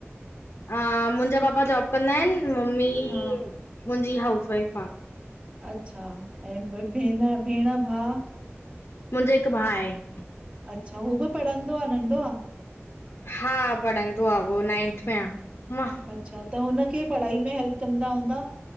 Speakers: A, on the left; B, on the right.
A: हा, मुंहिंजा पापा जॉब कंदा आहिनि, मम्मी
B: हा
A: मुंहिंजी हाउस वाइफ आ।
B: अच्छा ऐं भेण भेण भाउ
A: मुंहिंजे हिकु भाउ आहे।
B: अच्छा हू बि पढ़ंदो आ, नंढो आ?
A: हा पढ़ंदो आ, उहो नाइंथ में आ। मां
B: अच्छा, त हुनखे पढ़ाई में हेल्प कंदा हूंदा?